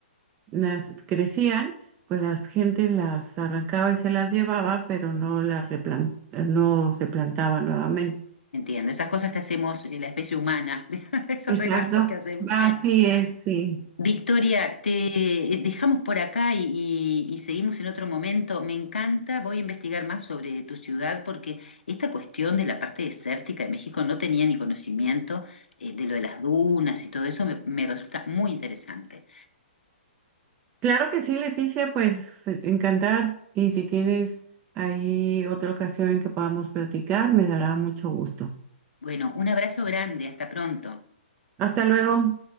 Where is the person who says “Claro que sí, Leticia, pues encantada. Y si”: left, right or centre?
Right